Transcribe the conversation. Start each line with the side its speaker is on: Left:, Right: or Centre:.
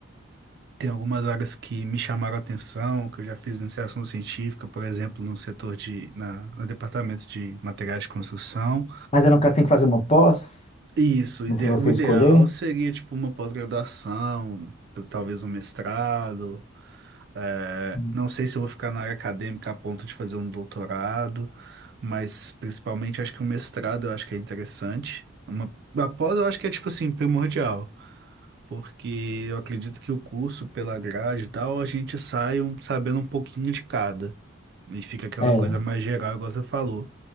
Right: Tem algumas áreas que me chamaram a atenção, que eu já fiz iniciação científica, por exemplo, no setor de, na, no departamento de materiais de construção.
Left: Mas aí, no caso, tem que fazer uma pós
Right: Isso, o ide-
Left: no que você
Right: o ideal
Left: escolher.
Right: seria tipo uma pós-graduação, t- talvez um mestrado. É,
Left: Hum.
Right: não sei se eu vou ficar na área acadêmica a ponto de fazer um doutorado, mas principalmente acho que um mestrado eu acho que é interessante. Uma, a pós eu acho que é tipo assim, primordial, porque eu acredito que o curso, pela grade e tal, a gente sai um- sabendo um pouquinho de cada. E fica aquela
Left: É.
Right: coisa mais geral, igual você falou,